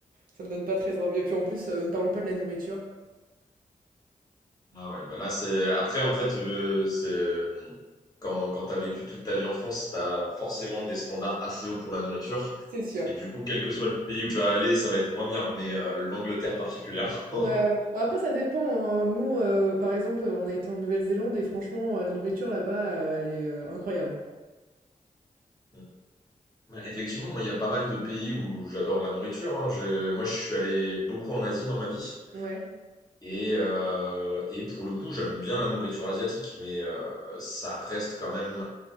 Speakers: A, on the right; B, on the left.
A: ça me donne pas très envie et puis en plus, heu, ne parlons pas de la nourriture,
B: Ah ouais, bah là, c'est après, en fait, euh, c'est mm, quand quand t'as vécu toute ta vie en France, t'as forcément des standards assez hauts pour la nourriture.
A: c'est sûr.
B: Et du coup, quel que soit le pays où tu vas aller, ça va être moins bien. Mais euh, l'Angleterre particulièrement.
A: Ouais, bah, après ça dépend, hein, nous, heu, par exemple, on a été en Nouvelle-Zélande et franchement, heu, la nourriture là-bas, heu, elle est, heu, incroyable, hein.
B: <laughs> Ouais, Effectivement, moi, il y a pas mal de pays où j'adore la nourriture. hein. Je- moi, je suis allé beaucoup en Asie dans ma vie.
A: Ouais,
B: Et, euh, et pour le coup, j'aime bien la nourriture asiatique, mais euh, ça reste quand même